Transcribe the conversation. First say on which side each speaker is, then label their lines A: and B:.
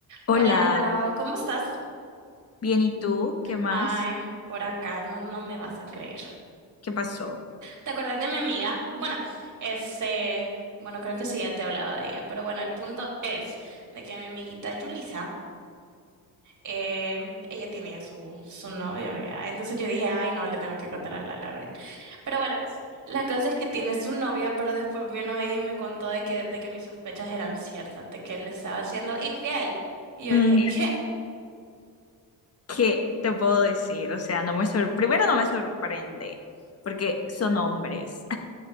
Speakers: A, on the left; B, on the right.
A: Hola,
B: Hola Lau, ¿cómo estás?
A: bien, ¿y tú? ¿Qué más?
B: Ay, por acá no, no me vas a creer.
A: ¿Qué pasó?
B: ¿Te acuerdas de mi amiga? Bueno, este, bueno, creo que sí ya te he hablado de ella, pero bueno, el punto es de que mi amiguita Yulisa, eh, ella tiene ya su, su novio, vea. Entonces yo dije, ay, no, le tengo que contar a la Lauren. Pero bueno, la cosa es que tiene su novio, pero después vino ella y me contó de que, de que mis sospechas eran ciertas, de que él le estaba siendo infiel. Y yo
A: Mm,
B: dije, <laughs> ¿qué?
A: ¿Qué te puedo decir? O sea, no me sor- primero no me sorprende, porque son hombres.